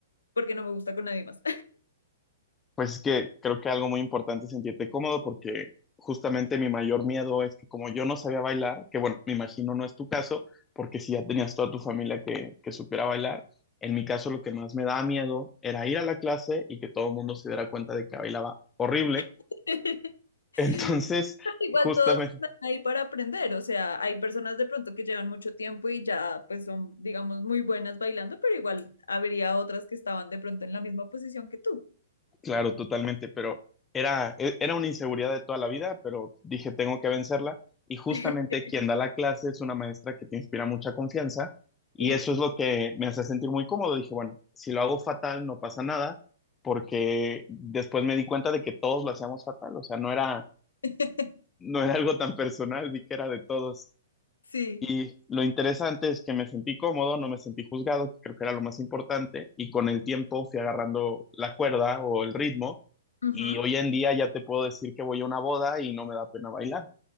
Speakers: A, on the left (about 80°); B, on the left (about 15°).
A: porque no me gusta con nadie más.
B: Pues es que creo que algo muy importante es sentirte cómodo porque justamente mi mayor miedo es que como yo no sabía bailar, que bueno, me imagino no es tu caso, porque si ya tenías toda tu familia que, que supiera bailar, en mi caso lo que más me daba miedo era ir a la clase y que todo el mundo se diera cuenta de que bailaba horrible.
A: <laughs> Pero
B: <laughs> Entonces,
A: Igual
B: justamente
A: todos están ahí para aprender, o sea, hay personas de pronto que llevan mucho tiempo y ya pues son, digamos, muy buenas bailando, pero igual habría otras que estaban de pronto en la misma posición que tú.
B: Claro, totalmente, pero era, e- era una inseguridad de toda la vida, pero dije, tengo que vencerla. Y justamente
A: <laughs>
B: quien da la clase es una maestra que te inspira mucha confianza y
A: Sí.
B: eso es lo que me hace sentir muy cómodo. Dije, bueno, si lo hago fatal, no pasa nada, porque después me di cuenta de que todos lo hacíamos fatal, o sea, no era,
A: <laughs>
B: no era algo tan personal, vi que era de todos.
A: Sí.
B: Y lo interesante es que me sentí cómodo, no me sentí juzgado, que creo que era lo más importante, y con el tiempo fui agarrando la cuerda o el ritmo,
A: Ujú,
B: y hoy en día ya te puedo decir que voy a una boda y no me da pena bailar.